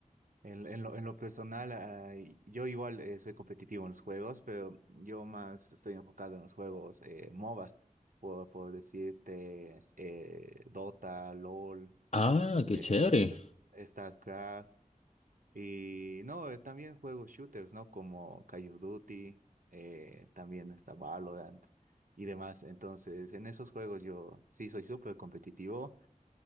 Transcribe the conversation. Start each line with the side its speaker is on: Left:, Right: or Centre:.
Right: En, en lo, en lo personal, ah, y- yo igual eh, soy competitivo en los juegos, pero yo más estoy enfocado en los juegos eh, MOBA, por, por decirte eh, Dota, LOL,
Left: Ah, qué
Right: eh,
Left: chévere.
Right: es- es- StarCraft. Y no, eh, también juego shooters, ¿no? Como Call of Duty, eh, también está Valorant y demás. Entonces, en esos juegos yo sí soy súper competitivo